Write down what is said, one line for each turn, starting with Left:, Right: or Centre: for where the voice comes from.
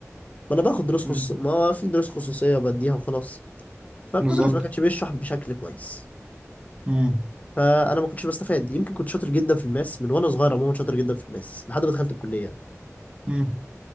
Left: ما أنا باخد دروس خصوصية
Right: مم.
Left: ما هو في دروس خصوصية بديها وخلاص فالمدرس
Right: بالظبط
Left: ما كانش بيشرح بشكل كويس
Right: مم.
Left: فانا ما كنتش بستفاد يمكن كنت شاطر جدا في الماس من وانا صغير عموما شاطر جدا في الماس لحد ما دخلت الكليه
Right: مم.